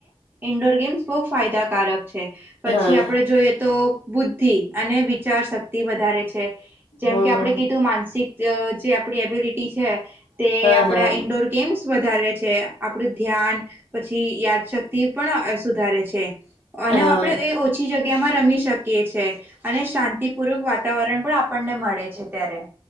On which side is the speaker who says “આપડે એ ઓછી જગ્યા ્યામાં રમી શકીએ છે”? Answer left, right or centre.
Right